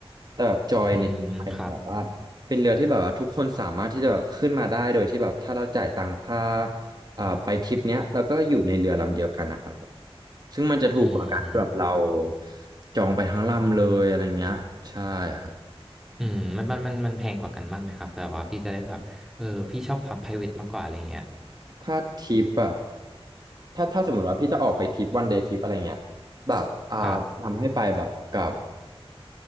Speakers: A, on the right; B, in the centre.
A: แต่แบบจอยในที่หมายถึงแบบว่า
B: อืมครับ
A: เป็นเรือที่แบบว่าทุกคนสามารถที่จะแบบขึ้นมาได้โดยที่แบบถ้าเราจ่ายตังค่าเอ่อไปทริปเนี้ยแล้วก็อยู่ในเรือลำเดียวกันนะครับผมซึ่งมันจะถูกกว่าการที่แบบเรา
B: อืม
A: จองไปทั้งลำเลยอะไรเงี้ยใช่ครับ
B: อืมมันมันมันมันแพงกว่ากันมากไหมครับเผื่อว่าพี่จะได้แบบเออพี่ชอบความ private มากกว่าอะไรเงี้ย
A: ถ้าทริปอะถ้าถ้าสมมติว่าพี่จะออกไปทริปวันเดย์ทริปอะไรเงี้ยแบบอ่านำให้ไปแบบกับ
B: ครับ